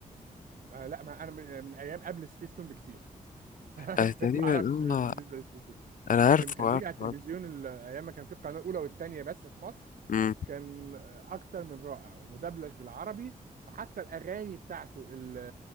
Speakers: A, on the right; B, on the left.
A: آه لا ما انا من, من ايام قبل سبيستون بكتير <laughs>
B: آه تقريبا
A: ما اعرفش بس-
B: اه
A: بالنسبه لسميث سون.
B: انا
A: لكن
B: عارفه
A: كان بيجي
B: عارفه
A: على التلفزيون
B: عارفه
A: ال- ايام ما كان في القناه الاولى والثانيه بس في مصر
B: امم
A: كان اكتر من رائع ومدبلج بالعربي وحتى الاغاني بتاعته ال